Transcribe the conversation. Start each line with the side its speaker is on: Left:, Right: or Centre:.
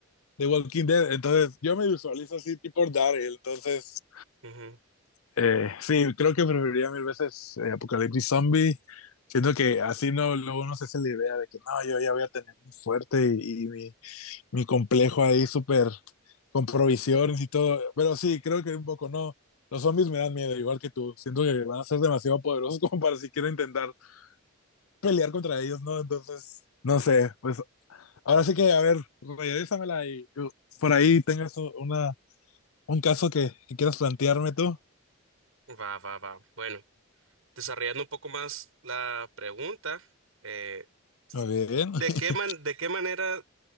Left: de Walking Dead. Entonces, yo me visualizo así, tipo Daryl. Entonces,
Right: Ujú.
Left: eh, sí, creo que preferiría mil veces eh, Apocalipsis Zombie. Siento que así no, luego no se hace la idea de que no, yo ya voy a tener mi fuerte y, y mi, mi complejo ahí súper con provisiones y todo. Pero sí, creo que un poco no. Los zombies me dan miedo, igual que tú. Siento que van a ser demasiado poderosos <laughs> como para siquiera intentar pelear contra ellos, ¿no? Entonces, no sé, pues ahora sí que, a ver, regresamela y uh, por ahí tengas u- una, un caso que, que quieras plantearme tú.
Right: Va, va, va. Bueno, desarrollando un poco más la pregunta, eh,
Left: Muy bien. <laughs>
Right: ¿de qué man- de qué manera